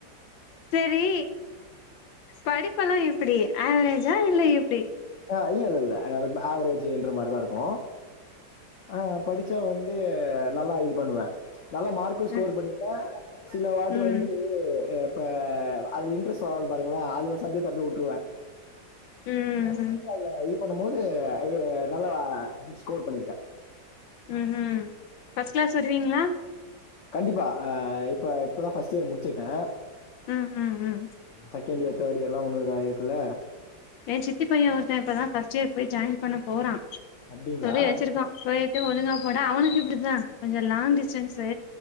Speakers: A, on the left; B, on the left.
A: செரி படிப்பல்லா எப்டி ஆவரேஜா இல்ல எப்டி
B: ஆ இல்லல்ல நா ரொம்ப ஆவரேஜ்ஜின்ற மாதிரிதா இருக்கு ஆ படிச்சா வந்து நல்லா இது பண்ணுவே நல்லா மார்க் ஸ்கோர்
A: அ
B: பண்ணித்தா சில வாட்டி
A: ம்
B: வந்து அ இப்ப அதுல இன்டரஸ்ட் வராது பாருங்களே அதுல சப்ஜெக்ட் அப்டியே வுட்டுருவே
A: ம்
B: மத்த
A: ம்
B: மட்டு அல்ல இது பண்ணும் போது இத நல்ல ஸ்கோர் பண்ணிருக்கே
A: ம் ஹ்ம் ஃபர்ஸ்ட் கிளாஸ் வருவீங்ளா
B: கண்டிப்பா ஆ இப்ப இப்பதா ஃபர்ஸ்ட் இயர் முடிச்சிருக்கே
A: ம் ம் ம்
B: சகண்ட் இயர் தேர்ட் இயர் எல்லா உன்னு வ இருக்குல்ல
A: ஏ சித்தி பைய ஒருத்த இப்பதா ஃபர்ஸ்ட் இயர் போய் ஜாயின் பண்ண போறா
B: அப்படிங்களா?
A: சொல்லி வெச்சிருக்கா போயிட்டு ஒழுங்கா போட அவனுக்கு இப்டிதா கொஞ்ச லாங் டிஸ்டன்ஸ்சு